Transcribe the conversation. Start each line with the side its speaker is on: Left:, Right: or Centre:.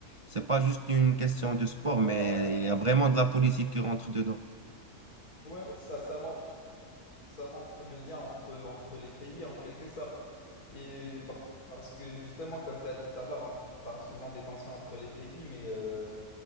Right: C'est pas juste une question de sport,
Left: Ouais,
Right: mais
Left: ouais,
Right: il y a vraiment de la politique qui rentre dedans.
Left: Ouais, ouais, ça, ça montre, ça montre le lien entre, entre les pays en quelque sorte. Et par- parce que justement, comme tu as dit tout à l'heure, on parle souvent des tensions entre les pays, mais, euh,